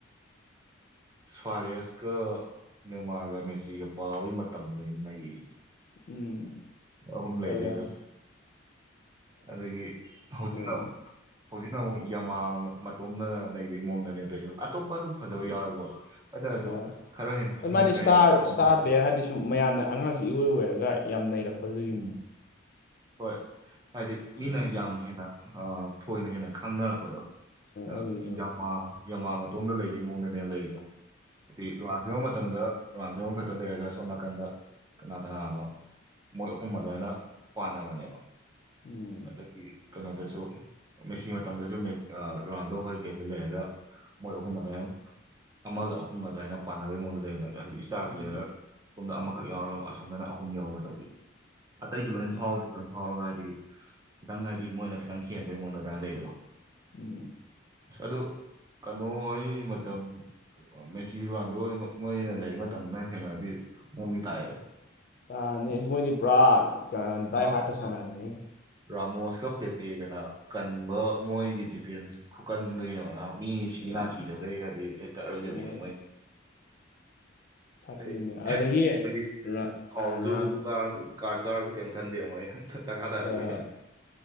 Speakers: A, on the right; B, on the left.
A: ꯁ꯭ꯔꯦꯁꯀ ꯃꯦꯟꯃꯥꯔꯒ ꯃꯦꯁꯤꯒ ꯄꯥꯕꯒꯤ ꯃꯇꯝꯗꯨꯅꯤ ꯂꯩꯔꯤꯅꯦ
B: ꯎꯝ
A: ꯑꯍꯨꯝ ꯂꯩꯕꯩꯗ
B: ꯐꯖꯅ
A: ꯑꯗꯒꯤ ꯍꯧꯖꯤꯛꯅ
B: ꯎꯝ
A: ꯑꯃꯨꯛ ꯍꯧꯖꯤꯛꯅ ꯑꯃꯨꯛ ꯌꯃꯥ ꯃꯇꯣꯝꯅꯅ ꯂꯩꯕꯒꯤ ꯃꯑꯣꯡꯗꯅꯦꯕꯩꯔ ꯑꯇꯣꯞꯄ ꯑꯗꯨꯝ ꯐꯖꯕ
B: ꯎꯝ
A: ꯌꯥꯎꯋꯦꯕꯣ ꯑꯗꯨꯔꯁꯨ
B: ꯌꯥꯎꯋꯦ
A: ꯈꯔ ꯍꯦꯟꯅ
B: ꯑꯗꯨ
A: ꯃꯤꯩꯅ
B: ꯃꯥꯗꯤ ꯏꯁꯇꯥꯔ
A: ꯈꯔ ꯍꯦꯟꯅ ꯐꯥꯎꯝꯕꯗ
B: ꯏꯁꯇꯥꯔ ꯄ꯭ꯂꯦꯌꯔ ꯍꯥꯏꯗꯤ ꯁꯨꯝ ꯃꯌꯥꯝꯅ ꯑꯉꯥꯡꯁꯦ ꯏꯔꯣꯏ ꯂꯔꯒ ꯌꯥꯝ ꯅꯩꯔꯛꯄꯗꯨꯒꯤꯅꯦ
A: ꯎꯝ ꯍꯣꯏ ꯍꯥꯏꯗꯤ ꯃꯤꯅ
B: ꯎꯝ
A: ꯌꯥꯝ ꯍꯦꯟꯅ ꯊꯣꯏꯅ ꯍꯦꯟꯅ ꯈꯪꯅꯔꯛꯄꯗꯣ ꯑ
B: ꯑꯗꯨꯒꯤꯅꯦ ꯎꯝ
A: ꯌꯃ ꯌꯃꯥ ꯃꯇꯣꯝꯗ ꯂꯩꯕꯩ ꯃꯑꯣꯡꯗꯅꯦ ꯂꯩꯗ ꯍꯥꯏꯗꯤ ꯔꯥꯟ ꯌꯕ ꯃꯇꯝꯗ ꯔꯥꯟ ꯂꯩꯒ ꯁꯣꯅꯥ ꯀꯟꯗ ꯀꯅꯥ ꯀꯅꯥꯅꯣ ꯃꯣꯏ ꯑꯍꯨꯝ ꯑꯗꯨꯃꯥꯏꯅ ꯄꯥꯟꯅꯕꯅꯦꯕ
B: ꯎꯝ
A: ꯑꯗꯒꯤ ꯀꯩꯅꯣꯗꯁꯨ ꯃꯦꯁꯤ ꯃꯇꯝꯗꯁꯨ ꯔꯥꯟꯗꯣ ꯍꯣꯏ ꯀꯩꯍꯣꯏ ꯂꯩꯔꯒ ꯃꯣꯏ ꯑꯍꯨꯝ ꯑꯗꯨꯋꯥꯏ ꯑꯃꯒ ꯑꯍꯨꯝꯒ ꯑꯗꯨꯋꯥꯏꯅ ꯄꯥꯅꯕꯩ ꯃꯑꯣꯡꯗ ꯂꯩꯕꯅꯦꯕ ꯍꯥꯏꯗꯤ ꯏꯁꯇꯥꯔ
B: ꯎꯝ
A: ꯄ꯭ꯂꯦꯌꯔ ꯑꯣꯝꯗ ꯑꯃꯈꯛ ꯌꯥꯎꯔ ꯑꯁꯣꯝꯗꯅ ꯑꯍꯨꯝ ꯌꯥꯎꯔ ꯇꯧꯕꯤ ꯑꯇꯩꯁꯨ
B: ꯎꯝ
A: ꯂꯣꯏꯅ ꯐꯥꯎꯕꯗ꯭ꯔꯥ ꯐꯥꯎꯔꯒ ꯍꯥꯏꯗꯤ ꯈꯤꯇꯪ ꯍꯥꯏꯗꯤ ꯃꯣꯏꯅ ꯈꯤꯇꯪ ꯍꯦꯟꯕꯒꯤ ꯃꯑꯣꯡꯗ ꯑꯗꯨꯥꯏ ꯂꯩꯕꯗꯣ
B: ꯎꯝ
A: ꯑꯗꯨ ꯀꯩꯅꯣꯍꯣꯏ ꯃꯇꯝ ꯃꯦꯆꯤꯔ ꯋꯥꯟꯗꯣ ꯃꯣꯏ ꯍꯦꯟꯅ ꯂꯩꯕ ꯃꯇꯝꯅ ꯍꯦꯟꯅꯗꯤ ꯃꯑꯣꯡꯗꯤ ꯇꯥꯏ
B: ꯑꯅꯤ ꯃꯣꯏꯗꯤ ꯄꯨꯔꯥ ꯀ ꯗꯏ
A: ꯑꯥ
B: ꯍꯥꯇ ꯁꯅꯅꯤ
A: ꯔꯥꯃꯣꯁꯀ ꯄꯦꯄꯦꯒꯅ ꯀꯟꯕ ꯃꯣꯏꯒꯤ ꯗꯤꯐꯦꯟꯁ ꯈꯨꯀꯟꯗꯣ ꯌꯦꯡꯉꯣꯅ ꯃꯤ ꯁꯤ
B: ꯎꯝ
A: ꯅꯥꯀꯤꯗꯕꯩ ꯍꯥꯏꯗꯤ ꯍꯦꯛꯇ ꯑꯔꯣꯏꯖꯕꯤꯅꯦ
B: ꯍꯣꯏ
A: ꯃꯣꯏ
B: ꯁꯥꯊꯤꯕꯅꯦ
A: ꯑꯗꯩ
B: ꯑꯗꯒꯤ
A: ꯑꯩꯈꯣꯏꯒꯤ
B: ꯔꯣꯅꯥꯜ
A: ꯐꯥꯎꯖꯨ
B: ꯔꯣꯅꯥꯜ
A: ꯆꯥꯔꯁꯨ ꯀꯥꯔꯗ ꯆꯥꯔꯁꯨ ꯀꯦꯝ ꯈꯟꯗꯦ ꯃꯣꯏꯗꯤ ꯗꯔꯀꯥ ꯇꯥꯗꯥꯗꯕꯤ
B: ꯍꯣꯏ ꯍꯣꯏ